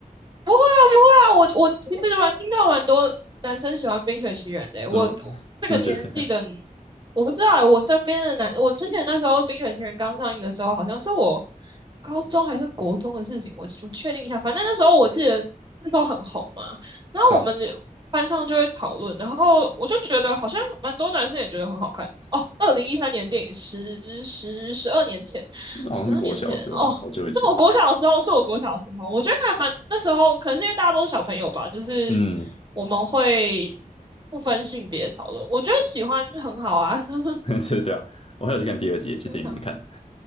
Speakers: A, on the right; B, on the left.
A: 不会啊，不会啊，我我其实蛮听到蛮多男生喜欢《冰雪奇缘》的欸我我这个年纪的，
B: 怎么就是觉得
A: 我不知道欸我身边的男，我之前那时候《冰雪奇缘》刚上映的时候，好像是我高中还是国中的事情，我我确定一下，反正那时候我记得那时候很红嘛，然后我们
B: <laughs> 对啊，
A: 班上就会讨论，然后我就觉得好像蛮多男生也觉得很好看哦。二零一三年的电影，十十十二年前，
B: 那好像是国小的时候了好久以前。
A: 十二年前哦，是我国小的时候，是我国小的时候，我觉得还蛮那时候，可能是因为大家都是小朋友吧，就是
B: 嗯，
A: 我们会不分性别讨论，我觉得喜欢很好啊。<laughs>
B: <laughs> 对对啊，我还有去看第二集，去电影院看。
A: 啊，